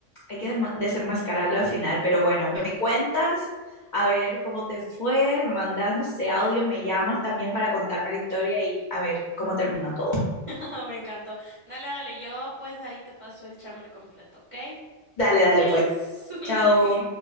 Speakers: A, on the left; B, on the right.
A: hay que desma- desenmascararlo al final, pero bueno, me cuentas, a ver cómo te fue, me mandas, no sé, audios, me llamas también para contarme la historia y a ver cómo terminó todo.
B: <laughs> Me encantó. Dale, dale, yo pues ahí te paso el chambre completo, ¿ok?
A: Dale,
B: Adiós.
A: dale, pues,
B: <laughs>
A: chao.